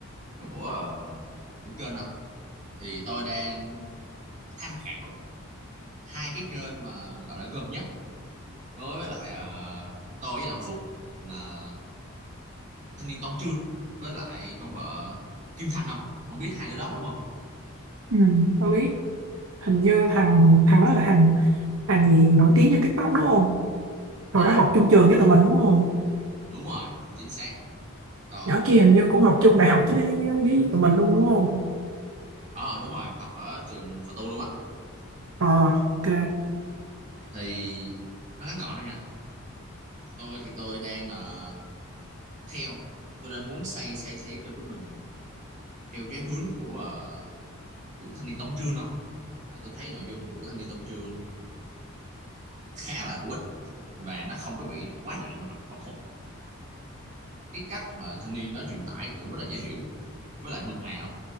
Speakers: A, on the right (about 30°); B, on the right (about 70°).
A: của ờ, của kênh không thì tôi đang tham khảo hai cái kênh mà gọi là gần nhất đối với lại ờ, tôi với Đặng Phúc là thanh niên Tông Trương với lại con vợ Kim Thanh không không biết hai đứa đó mà đúng không
B: ừ. tôi biết hình như thằng thằng đó là thằng thằng gì nổi tiếng trên TikTok đúng không hồi
A: ờ
B: đó học chung trường với tụi mình đúng không
A: đúng rồi chính xác còn
B: nhỏ kia hình như cũng học chung đại học chứ với, với tụi mình luôn đúng không
A: ờ đúng rồi học ở trường Phật tu luôn á
B: ờ ok
A: thì nó ngắn gọn thôi ha tôi thì tôi đang ờ, theo tôi đang muốn xây xây xây cho của mình theo cái hướng của ờ, của thanh niên tông trương không tại tôi thấy nội dung của thanh niên tông trương khá là hữu ích và nó không có bị quá nặng về mặt học thuật cái cách mà thanh niên nó truyền tải cũng rất là dễ hiểu với lại mượt mà không